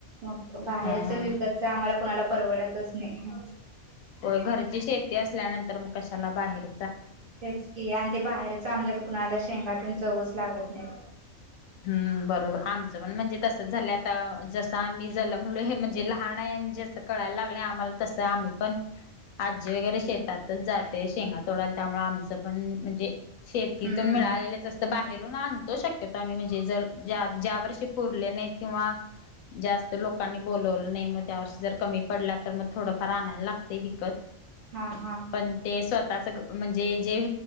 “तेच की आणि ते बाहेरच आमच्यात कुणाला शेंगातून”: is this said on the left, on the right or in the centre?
Right